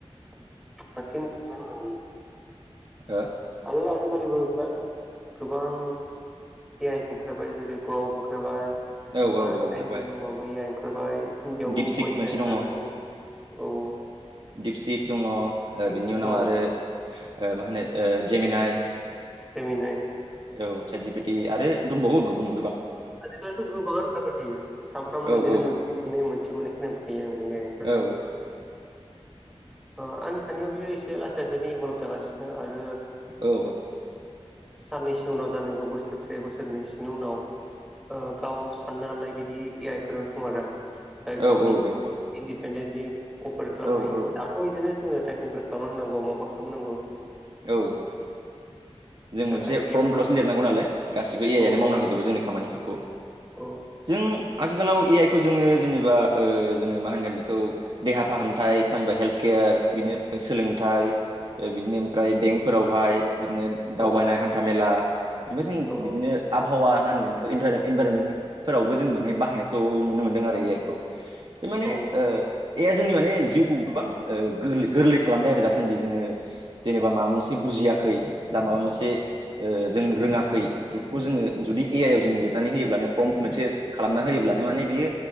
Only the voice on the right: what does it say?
ओ
औ औ
ग्रब ओंखारबाय
दिपसिक
मोनसे
दङ
दिपसिक दङ
बिनि उनाव
आरो ओ मा होनो जेमिनाय
औ सेट जि पे टि आरो दंबावो गोबां।
औ
औ
औ
औ
औ
औ बेनोथ'
औ
औ
औ। जों मोनसे
फ्रमटल'सो
लिरनांगौ नालाय गासिबो ए आइआनो
मावना होजुबो जोंनि खामानिफोरखौ।
जों आथिखालाव ए आइ खौ जोङो जेनेबा ओ जोङो मा होनगोन बेखौ देहा फाहामथाय थामहिमबा हेल्थ केयार केर बिदिनो सोलोंथाइ ओ बिदिनो ओमफ्राय बेंकफोरावहाय बिदिनो दावबायनाय
हान्था मेला ओमफ्राय जों
बिदिनो आबहावा मां होनगोन बे इनभाररमेन्टफोरावबो जों माने बाहायनायखौ नुनो मोनदों आरो ए आइखौ। बे माने
ओ ए जोंनि माने जिउखौ गोबां ओ गोरलै खालामबाय आरो दासान्दि जोङो जेनेबा माबा मोनसे बुजियाखै बा माबा मोनसे ओ जों रोङाखै बेफोरखौ जोङो जुदि ए आइ आव जों लिरनानै होयोब्लानो प्रमट मोनसे खालामना होयो ब्ला माने बियो